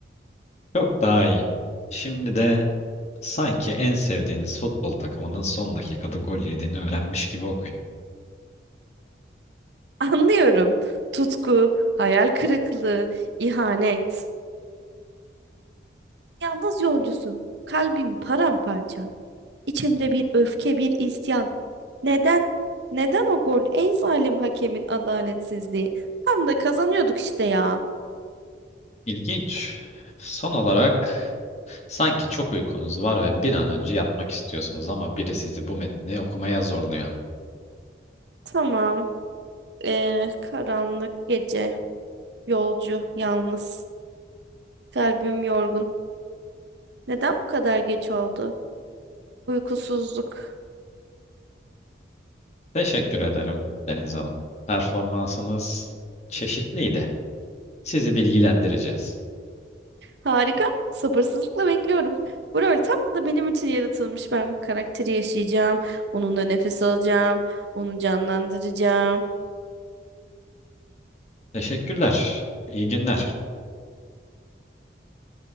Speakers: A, on the left; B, on the right.
A: Çok daha iyi. Şimdi de Sanki en sevdiğiniz futbol takımının son dakikada gol yediğini öğrenmiş gibi okuyun.
B: Anlıyorum. Tutku, hayal kırıklığı, ihanet. Yalnız yolcusu. Kalbim paramparça. İçimde bir öfke, bir isyan. Neden? Neden o gol? Ey zalim hakemin adaletsizliği. Tam da kazanıyorduk işte ya.
A: İlginç. Son olarak sanki çok uykunuz var ve bir an önce yatmak istiyorsunuz ama biri sizi bu metni okumaya zorluyor.
B: Tamam. Ee, karanlık gece. Yolcu, yalnız. Kalbim yorgun. Neden bu kadar geç oldu? Uykusuzluk.
A: Teşekkür ederim Deniz Hanım. Performansınız çeşitliydi. Sizi bilgilendireceğiz.
B: Harika. Sabırsızlıkla bekliyorum. Bu rol tam da benim için yaratılmış. Ben bu karakteri yaşayacağım. Onunla nefes alacağım. Onu canlandıracağım.
A: Teşekkürler. İyi günler.